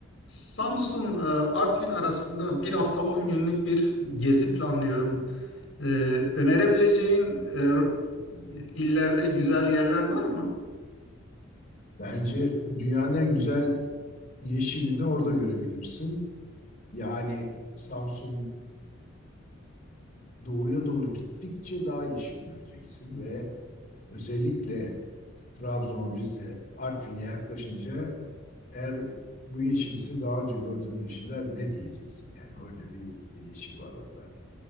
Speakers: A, on the left; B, on the left.
A: Samsun, e, Artvin arasında bir hafta 10 günlük bir gezi planlıyorum. E, önerebileceğin e, illerde güzel yerler var mı?
B: Bence dünyanın en güzel yeşilini orada görebilirsin. Yani Samsun'dan doğuya doğru gittikçe daha yeşil göreceksin ve özellikle Trabzon, Rize, Artvin'e yaklaşınca eğer bu yeşilse daha önce gördüğüm yeşiller ne diyeceksin? Yani öyle bir yeşil var orada.